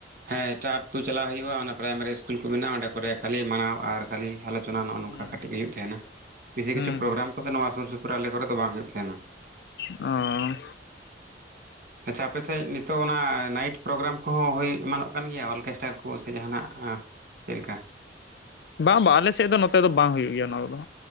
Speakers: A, on the right; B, on the left.
A: ᱦᱮᱸ ᱮᱴᱟᱜ ᱟᱛᱳ ᱪᱟᱞᱟᱜ ᱦᱩᱭᱩᱜᱼᱟ ᱚᱱᱟ ᱯᱨᱟᱭᱢᱟᱨᱤ ᱤᱥᱠᱩᱞ ᱠᱚ ᱢᱮᱱᱟᱜᱼᱟ ᱚᱸᱰᱮ ᱠᱚᱨᱮ ᱠᱷᱟᱹᱞᱤ ᱢᱟᱱᱟᱣ ᱟᱨ ᱠᱷᱟᱹᱞᱤ ᱟᱞᱚᱪ ᱪᱚᱱᱟ ᱱᱚᱜᱼᱚ ᱱᱚᱝᱠᱟ
B: ᱦᱩᱸ
A: ᱠᱟᱹᱴᱤᱡ ᱦᱩᱭᱩᱜ ᱛᱟᱦᱮᱱᱟ, ᱵᱤᱥᱤ
B: ᱦᱩᱸ
A: ᱠᱤᱷᱩ ᱯᱨᱳᱜᱨᱟᱢ ᱠᱚᱫᱚ ᱱᱚᱣᱟ ᱥᱩᱨ ᱥᱩᱯᱩᱨ ᱟᱞᱮ ᱠᱚᱨᱮ ᱫᱚ ᱵᱟᱝ ᱦᱩᱭᱩᱜ ᱛᱟᱦᱮᱱᱟ᱾
B: ᱚ᱾
A: ᱟᱪᱪᱷᱟ ᱟᱯᱮᱥᱮᱡ ᱱᱤᱛᱚᱜ ᱚᱱᱟ ᱱᱟᱭᱤᱴ ᱯᱨᱳᱜᱨᱟᱢ ᱠᱚᱦᱚᱸ ᱦᱩᱭ ᱮᱢᱟᱱᱚᱜ ᱠᱟᱱ ᱜᱮᱭᱟ ᱚᱨᱠᱮᱥᱴᱟᱨ ᱠᱚ ᱥᱮ ᱡᱟᱦᱟᱱᱟᱜ ᱪᱮᱫ ᱞᱮᱠᱟ?
B: ᱵᱟᱝ ᱵᱟᱝ ᱟᱞᱮᱥᱮᱫ ᱫᱚ ᱱᱚᱛᱮ ᱫᱚ ᱵᱟᱝ ᱦᱩᱭᱩᱜ ᱜᱮᱭᱟ ᱚᱱᱟ ᱠᱚᱫᱚ᱾